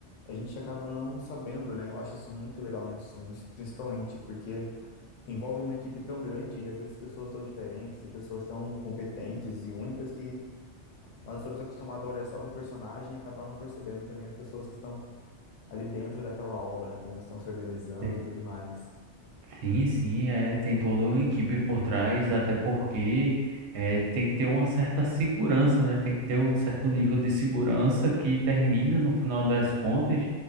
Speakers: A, on the left (about 80°); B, on the right (about 70°).
A: a gente acaba não sabendo, né? Eu acho isso muito legal nos filmes, principalmente porque envolve uma equipe tão grande e às vezes pessoas tão diferentes e pessoas tão competentes e únicas que nós estamos acostumados a olhar só para o personagem e acabar não percebendo também as pessoas que estão ali dentro daquela obra, né? Como estão se organizando
B: Te-
A: e tudo mais.
B: Sim, sim, é, tem toda uma equipe por trás, até porque é, tem que ter uma certa segurança, né? Tem que ter um certo nível de segurança que termina, no final das contas,